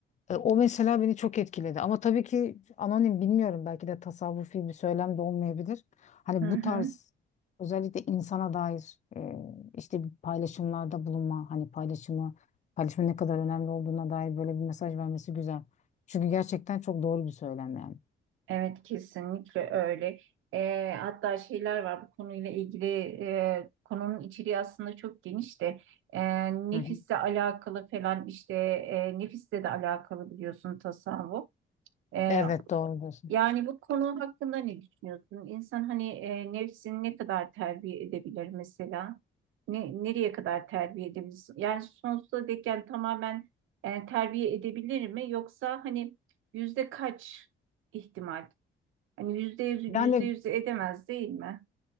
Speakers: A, on the left; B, on the right.
A: E, o mesela beni çok etkiledi. Ama tabii ki anonim bilmiyorum. Belki de tasavvufi bir söylem de olmayabilir. Hani
B: hı
A: bu
B: hı.
A: tarz özellikle insana dair e, işte bir paylaşımlarda bulunma, hani paylaşımı, paylaşımın ne kadar önemli olduğuna dair böyle bir mesaj vermesi güzel. Çünkü gerçekten çok doğru bir söylem yani.
B: Evet kesinlikle öyle. Ee, hatta şeyler var bu konuyla ilgili e, konunun içeriği aslında çok geniş de e, nefisle
A: Hı hı.
B: alakalı falan işte e, nefisle de alakalı biliyorsun tasavvuf. E,
A: Evet doğrudur.
B: yani bu konu hakkında ne düşünüyorsun? İnsan hani e, nefsini ne kadar terbiye edebilir mesela? Ne, nereye kadar terbiye edebilir? Yani sonsuza dek yani tamamen e, terbiye edebilir mi? Yoksa hani yüzde kaç ihtimal? Hani yüzde yüz,
A: Yani
B: yüzde yüz edemez değil mi?